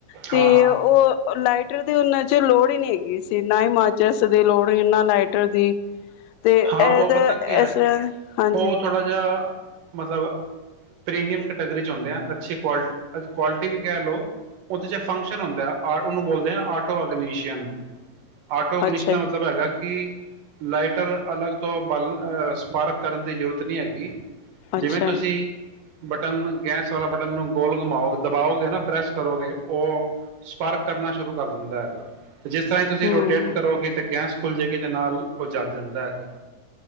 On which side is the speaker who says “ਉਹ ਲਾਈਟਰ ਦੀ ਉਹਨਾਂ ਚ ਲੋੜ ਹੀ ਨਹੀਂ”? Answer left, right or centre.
Left